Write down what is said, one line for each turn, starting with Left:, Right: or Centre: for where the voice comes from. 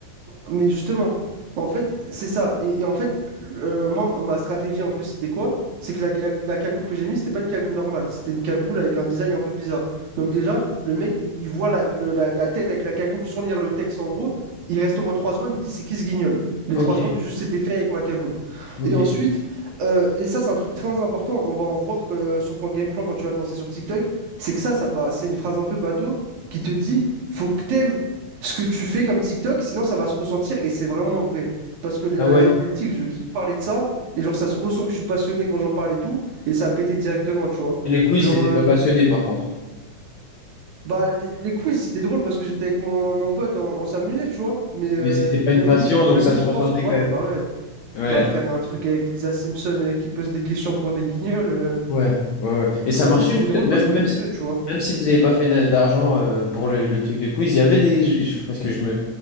Right: mais justement, en fait, c'est ça. Et, et en fait, euh, moi, ma stratégie un peu, c'était quoi? C'est que la, ga- la cagoule que j'ai mise, c'était pas une cagoule normale. C'était une cagoule avec un design un peu bizarre. Donc déjà, le mec, il, il voit la, le- la- la tête avec la cagoule sans lire le texte, en gros. Il reste au moins trois secondes, il dit, c'est qui ce guignol? Les
Left: ok,
Right: trois secondes, juste, c'était fait avec ma cagoule.
Left: ok.
Right: Et ensuite, euh, et ça, c'est un truc très important, on va en voir que sur ton game plan quand tu vas te lancer sur TikTok, c'est que ça, ça, pa- c'est une phrase un peu bateau qui te dit, faut que t'aimes ce que tu fais comme TikTok, sinon ça va se ressentir et c'est vraiment vrai. Parce que la
Left: Ah
Right: la
Left: ouais.
Right: géopolitique, je kiffe parler de ça et genre ça se ressent que je suis passionné quand j'en parle et tout et ça a pété directement, tu vois.
Left: Et les quiz,
Right: Genre,
Left: t'étais
Right: euh,
Left: pas passionné par contre.
Right: bah, les les quiz c'était drôle parce que j'étais avec mon, mon pote, on, on s'amusait, tu vois. Mais euh,
Left: Mais c'était pas une
Right: même
Left: passion,
Right: lui, je, peux-
Left: donc
Right: même
Left: ça
Right: lui,
Left: se
Right: je
Left: ressentait
Right: pense, ouais,
Left: quand même.
Right: bah ouais,
Left: Ouais.
Right: bah faire un truc avec Lisa Simpson euh, qui pose des questions pour des guignols. euh.
Left: Ouais, ouais, ouais. Et ça
Right: Bah
Left: marchait
Right: après, c'était
Left: juste,
Right: drôle
Left: même,
Right: parce
Left: même
Right: qu'on était
Left: si,
Right: deux, tu vois.
Left: même si vous n'avez pas fait d'a- d'argent euh, pour le, le truc de quiz, il y avait des. je- je- Parce que je me.